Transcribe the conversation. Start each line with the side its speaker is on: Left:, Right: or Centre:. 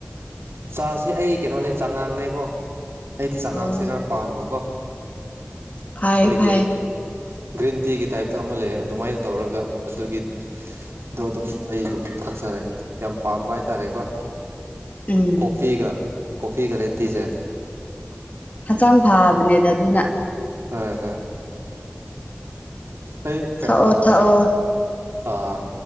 Right: ꯆꯥꯁꯦ ꯑꯩ ꯀꯩꯅꯣꯅꯦ ꯆꯥꯉꯥꯡꯅꯦꯀꯣ ꯑꯩꯗꯤ ꯆꯥꯉꯥꯡꯁꯦ
Left: ꯑꯣ
Right: ꯈꯔ ꯄꯥꯝꯕꯀꯣ
Left: ꯐꯩ
Right: ꯈꯣꯏꯒꯤ
Left: ꯐꯩ
Right: ꯒ꯭ꯔꯤꯟ ꯇꯤꯒꯤ ꯇꯥꯏꯞꯇ ꯑꯃ ꯂꯩ ꯑꯗꯨꯃꯥꯏꯅ ꯇꯧꯔꯒ ꯑꯗꯨꯒꯤ ꯑꯗꯣ ꯑꯗꯨꯝ ꯑꯩ ꯑꯗꯨꯝ ꯊꯛꯆꯔꯦ ꯌꯥꯝ ꯄꯥꯝꯕ ꯍꯥꯏꯇꯥꯔꯦꯀꯣ
Left: ꯎꯝ
Right: ꯀꯣꯐꯤꯒ ꯀꯣꯐꯤꯒ ꯔꯦꯠꯇꯤꯁꯦ
Left: ꯍꯛꯆꯥꯡ ꯐꯥꯕꯅꯦꯗ ꯑꯗꯨꯅ
Right: ꯍꯣꯏ ꯍꯣꯏ ꯑꯩ ꯀꯩꯅꯣꯗꯣ
Left: ꯊꯛꯑꯣ ꯊꯛꯑꯣ
Right: ꯑꯥ